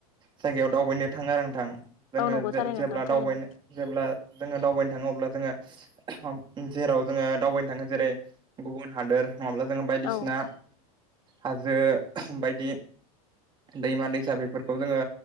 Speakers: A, on the right (about 25°); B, on the left (about 65°).
A: जायगायाव दावबायनो थाङो आरो नोंथां। जोङो
B: औ नंगौ
A: जे-जेब्ला
B: थारैनो नोंथां थारैनो
A: दावबायनो जेब्ला जोङो दावबायनो थाङो अब्ला जोङो जेराव जोङो दावबायनो थाङो जेरै गुबुन हादोर नङाब्ला जोङो बायदिसिना
B: औ
A: हाजो बायदि दैमा दैसा बेफोरखौ जोङो